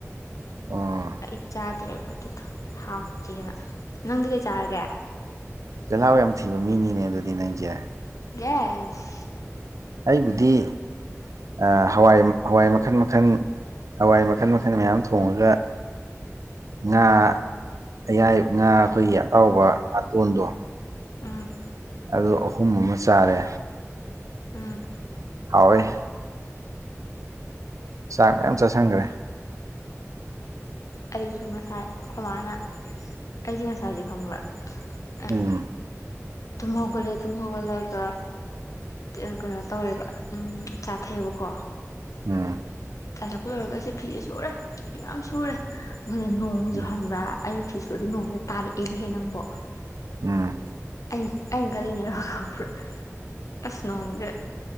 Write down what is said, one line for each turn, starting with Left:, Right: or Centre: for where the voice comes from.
Right: ꯑꯣ
Left: ꯑꯩ ꯆꯥꯗ꯭ꯔꯦꯕꯥ ꯑꯗꯨꯗꯣ ꯍꯥꯎꯇꯦꯅ ꯅꯪꯗꯤ ꯀꯩ ꯆꯥꯔꯒꯦ
Right: ꯆꯤꯜꯍꯥꯎ ꯌꯥꯝ ꯊꯤꯕ ꯃꯤꯅꯤꯅꯦ ꯑꯗꯨꯗꯤ ꯅꯪꯖꯦ
Left: ꯌꯦꯁ
Right: ꯑꯩꯕꯨꯗꯤ ꯑꯥ ꯍꯋꯥꯏ ꯍꯋꯥꯏ ꯃꯈꯟ ꯃꯈꯟ ꯍꯋꯥꯏ ꯃꯈꯟ ꯃꯈꯟ ꯃꯌꯥꯝ ꯊꯣꯡꯉꯥꯒ ꯉꯥ ꯑꯌꯥꯏ ꯉꯥ ꯑꯈꯣꯏꯒꯤ ꯑꯇꯥꯎꯕ ꯉꯥꯇꯣꯟꯗꯣ
Left: ꯎꯝ
Right: ꯑꯗꯨ ꯑꯍꯨꯝ ꯑꯃ ꯆꯥꯔꯦ
Left: ꯎꯝ
Right: ꯍꯥꯎꯋꯦ ꯆꯥꯛ ꯃꯌꯥꯝ ꯆꯥꯁꯟꯒꯔꯦ
Left: ꯑꯩꯖꯨ ꯉꯁꯥꯏ ꯑꯈꯣꯏ ꯃꯥꯅ ꯑꯩꯖꯦ ꯉꯁꯥꯏꯖꯦ ꯈꯪꯕ꯭ꯔꯥ ꯑꯪ
Right: ꯎꯝ
Left: ꯇꯨꯝ ꯍꯧꯒꯠꯂꯦ ꯇꯨꯝ ꯍꯧꯒꯠꯂꯒ ꯑꯦ ꯀꯩꯅꯣ ꯇꯧꯔꯦꯕ ꯎꯝ ꯆꯥ ꯊꯛꯑꯦꯕꯀꯣ
Right: ꯎꯝ
Left: ꯆꯥ ꯊꯛꯄ ꯂꯣꯏꯔꯒ ꯑꯩꯁꯦ ꯐꯤꯁꯦ ꯁꯨꯔꯦ ꯐꯤ ꯃꯌꯥꯝ ꯁꯨꯔꯦ <unintelligible> ꯅꯣꯡꯖꯦ
Right: ꯎꯝ
Left: ꯈꯪꯕ꯭ꯔꯥ ꯑꯩꯅ ꯐꯤ ꯁꯨꯔꯗꯤ ꯅꯣꯡꯖꯦ ꯇꯥꯔꯛꯑꯦꯅꯦꯍꯦ ꯅꯪꯕꯣ
Right: ꯎꯝ
Left: ꯑꯩ ꯑꯩꯅ ꯈꯜꯂꯤꯅꯦꯕ <unintelligible> ꯈꯪꯕ꯭ꯔꯥ ꯑꯁ ꯅꯣꯡꯖꯦ